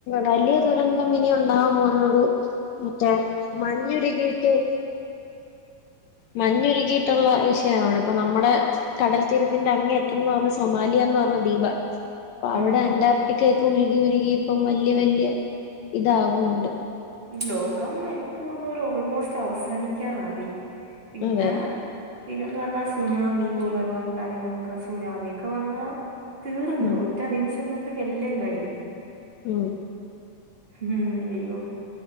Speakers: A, on the left; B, on the right.
A: വല്ല്യായ ദുരന്തം ഇനി ഒണ്ടാവാൻ പോന്നാത് മറ്റേ മഞ്ഞുരുകിട്ട് മഞ്ഞരുക്കിയിട്ടോള്ള വിഷയാണ് ഇപ്പൊ നമ്മടെ കടൽത്തീരത്തിന്റെ അങ്ങേറ്റം എന്ന് പറഞ്ഞ് സൊമാലിയന്ന് പറഞ്ഞാ ദീപാ അപ്പൊ അവടെ
B: ഉം
A: അന്റാർടിക്കിയാക്കെ ഉരുകി ഉരുകി ഇപ്പം വല്ല്യായ വല്ല്യാ ഇതിവുന്നോണ്ട്
B: ലോകം എനിക്ക് തോന്നന്നും ഒര് ഓൾമോസ്റ്റ് അവസാനിക്കാറായി പിന്നെ
A: അതെ
B: പിന്നെ എന്ന് പറഞ്ഞാ സുനാമി പോലെള്ളാ കാര്യങ്ങളൊക്കെ സുനാമി ഒക്കെ വന്നാ തീർന്നു
A: ഉം
B: ഒറ്റാ നിമിഷം കൊണ്ട് എല്ലാം കയിയും
A: ഉം
B: ഉം അയ്യോ